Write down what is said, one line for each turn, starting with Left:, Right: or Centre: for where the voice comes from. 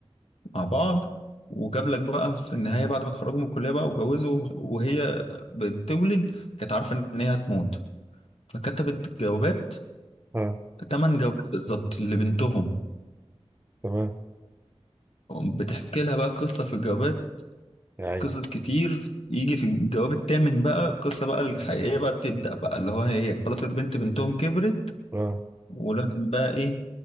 Left: مع بعض وجاب لك بقى في النهاية بعد ما اتخرجوا من الكلية بقى واتجوزوا وهي بتولد كانت عارفة إن هي هتموت فكتبت جوابات
Right: اه
Left: تمن جوابات بالظبط لبنتهم
Right: تمام
Left: بتحكي لها بقى قصة في الجوابات
Right: يا عيني
Left: قصص كتير يجي في الجواب التامن بقى القصة بقى الحقيقية بقى بتبدأ بقى اللي هو هي خلاص البنت بنتهم كبرت
Right: اه
Left: ولازم بقى إيه